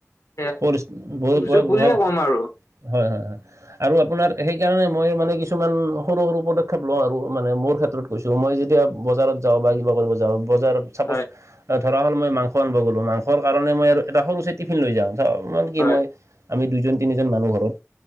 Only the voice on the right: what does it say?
পৰিস্থিতি
হয় হয় হয়। আৰু আপোনাৰ সেইকাৰণে মই মানে কিছুমান সৰু সৰু পদক্ষেপ লওঁ আৰু মানে মোৰ ক্ষেত্ৰত। গৈছোঁ মই যেতিয়া বজাৰত যাওঁ বা কিবা কৰিব যাওঁ বজাৰত। চাপোজ
ধৰা হ'ল মই মাংস আনব গ'লো মাংসৰ কাৰণে মই আৰু এটা সৰু টিফিন লৈ যাওঁ। মানে কি
মই আমি দুইজন তিনিজন মানুহ ঘৰত